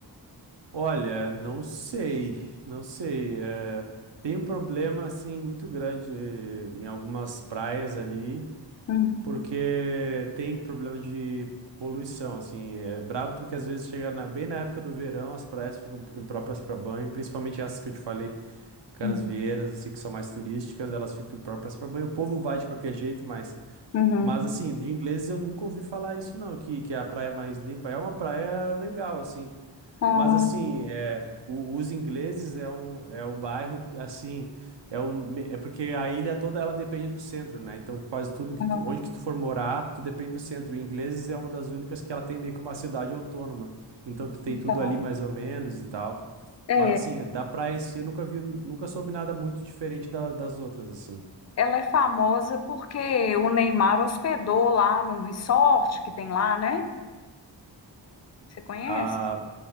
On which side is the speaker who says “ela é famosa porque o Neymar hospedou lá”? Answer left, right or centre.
Left